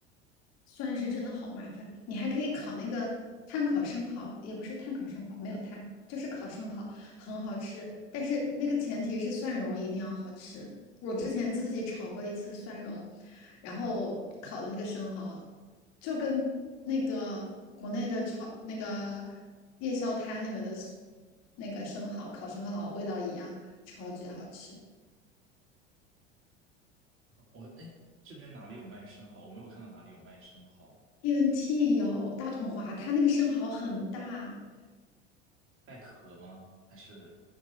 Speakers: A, on the left (about 50°); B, on the right (about 35°).
A: 算是真的好麻烦。你还可以烤那个炭烤生蚝，也不是炭烤生蚝，没有炭，就是烤生蚝，很好吃。但是那个前提是蒜蓉一定要好吃。我之前自己炒过一次蒜蓉，然后烤的那个生蚝，就跟那个国内的炒那个夜宵摊里面的那个生蚝烤生蚝味道一样，超级好吃。
B: 我哎，诶这边哪里有卖生蚝？我没有看到哪里有卖生蚝，
A: t n t 有大统华，它那个生蚝很大。
B: 带壳吗？还是